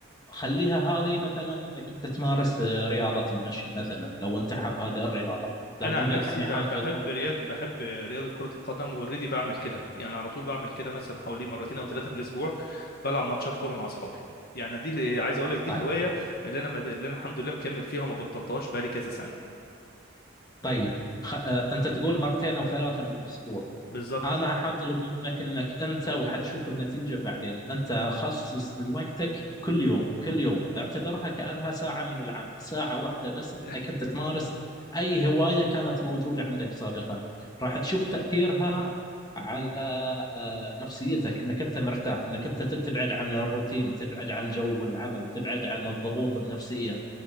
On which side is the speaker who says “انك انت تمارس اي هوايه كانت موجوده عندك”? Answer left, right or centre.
Left